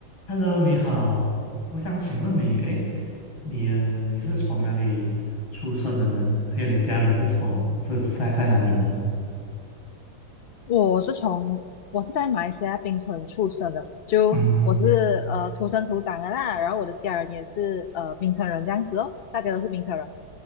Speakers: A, on the left (about 80°); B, on the left (about 65°).
A: Hello，你好，我想请问你，哎，你呃你是从哪里出生的呢？还有你家人是从这在在哪里呢？
B: 我是从我是在马来西亚槟城出生的，就我是呃土生土长的啦，
A: 嗯
B: 然后我的家人也是呃槟城人这样子哦，大家都是槟城人。